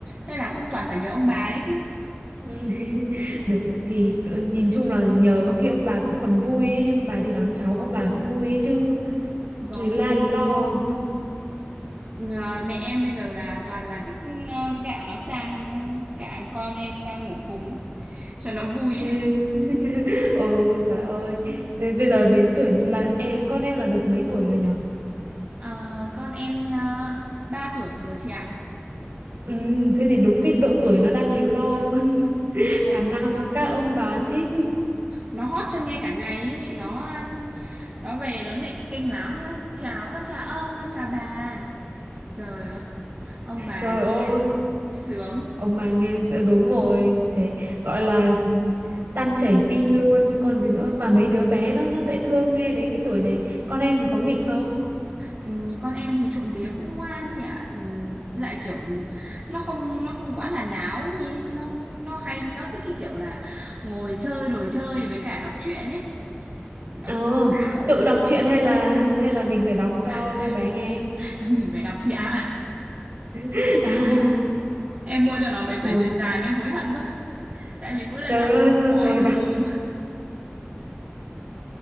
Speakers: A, on the right (about 35°); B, on the right (about 60°).
A: Thế là cũng toàn phải nhờ ông bà đấy chứ
B: Ừ. <laughs> Để, thì cứ- nhìn chung là nhờ có khi ông bà cũng còn vui ấy, ông bà đi đón cháu ông bà cũng vui ấy chứ
A: Vâng
B: líu la líu lo
A: Ờ, Mẹ em bây giờ là toàn là thích ờ, gạ nó sang Gạ con em sang ngủ cùng ấy, Cho nó
B: <laughs>
A: vui
B: chứ
A: ấy.
B: <laughs> ừ trời ơi Thế bây giờ đến tuổi là e, con em là được mấy tuổi rồi nhở
A: Ờ, Con em ờ, 3 tuổi rồi chị ạ
B: ừ, thế thì đúng cái độ tuổi nó đang líu lo luôn <laughs>
A: Vâng.
B: thà nào mà các ông bà thích
A: Nó hót cho nghe cả ngày ấy. Nó nó về nó nịnh kinh lắm Chào con chào ông con chào bà Trời ơi ông bà
B: trời
A: nghe
B: ơi
A: sướng
B: ông bà nghe sẽ- đúng rồi trẻ gọi là tan chảy tim luôn chứ còn gì nữa mà mấy đứa bé nó nó dễ thương nghe đến cái tuổi này con em thì có nghịch không
A: Ừm, con em thì trộm vía cũng ngoan thì ạ Ừm, lại kiểu nó không nó không quá là náo như nó nó hay nó thích cái kiểu là ngồi chơi đồ chơi với cả đọc truyện ấy nó
B: ờ
A: cũng bảo
B: tự đọc truyện hay là <laughs> hay là mình phải đọc cho
A: à
B: cho bé nghe
A: <laughs> mình phải đọc chị ạ
B: <laughs>
A: em mua cho nó mấy
B: Ờ,
A: quyển truyện dài mà em hối hận quá tại vì mỗi lần
B: Trời
A: đọc
B: ơi, sao
A: bói
B: ngồi
A: cả
B: đọc
A: mồm
B: <laughs>